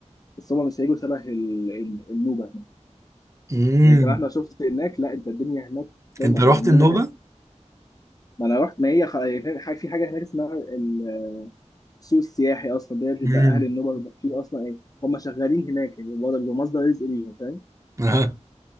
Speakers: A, on the left; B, on the right.
A: بس هما مش هيجوا شبه ال- ال- النوبه
B: مم.
A: يعني انت مهما شفت هناك لا انت الدنيا هناك فاهم
B: أنت رحت
A: يعني النوبه
B: النوبة؟
A: كانت ما انا رحت ما هي خ... فاهم حاجه في حاجه هناك اسمها ال- السوق السياحي اصلا ده بيبقى
B: مم.
A: اهل النوبه بيبقى فيه اصلا ايه هم شغالين هناك يعني برضه بيبقى مصدر رزق ليهم فاهم
B: <laughs> أها